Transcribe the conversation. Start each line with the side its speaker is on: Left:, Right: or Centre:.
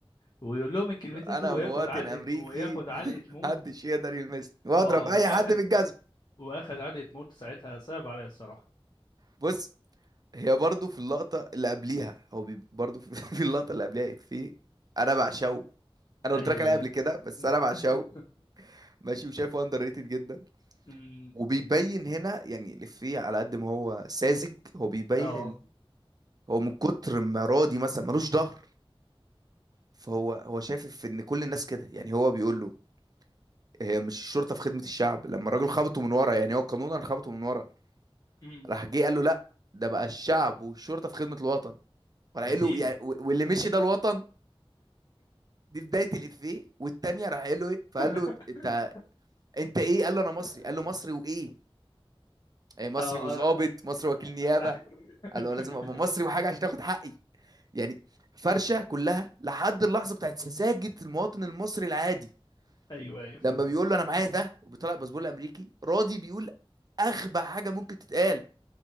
Left: ويقول لهم الكلمتين
Right: انا
Left: دول وياخد
Right: مواطن
Left: علقة
Right: امريكي
Left: وياخد
Right: <laughs>
Left: علقة موت
Right: محدش يقدر يلمسني واضرب
Left: اه واخد
Right: اي حد بالجزم
Left: واخد علقة موت ساعتها صعب عليا الصراحة
Right: بص هي برضو في اللقطة اللي قبليها هو بي برضو في, <laughs> في اللقطة اللي قبليها في أنا بعشقه أنا
Left: ايوه
Right: قلت لك عليها
Left: ايوه
Right: قبل كده بس
Left: <laughs>
Right: أنا بعشقه ماشي وشايفه أندر ريتد جدا
Left: أمم،
Right: وبيبين هنا يعني الإفيه على قد ما هو ساذج هو بيبين
Left: اه
Right: إن هو من كتر ما راضي مثلا ملوش ظهر فهو هو شايف في إن كل الناس كده يعني هو بيقول له هي مش الشرطة في خدمة الشعب لما الراجل خبطه من ورا يعني هو قانونا خبطه من ورا
Left: أمم،
Right: راح جه قال له لا ده بقى الشعب والشرطة في خدمة الوطن فراح
Left: يا
Right: قال
Left: سيدي
Right: له يعني و- واللي مشي ده الوطن دي بدايه الافيه والتانيه راح قال له ايه فقال
Left: <laughs>
Right: له انت انت ايه قال له انا مصري
Left: اه
Right: قال له مصري وايه إيه مصري
Left: آه،
Right: وظابط
Left: آه.
Right: مصري وكيل نيابه
Left: <laughs>
Right: قال له لازم ابقى مصري وحاجه عشان تاخد حقي يعني فرشه كلها لحد اللحظه بتاعت سذاجه المواطن المصري العادي
Left: ايوه ايوه فاهمك
Right: لما بيقول له انا معايا ده وبيطلع الباسبور الامريكي راضي بيقول اغبى حاجه ممكن تتقال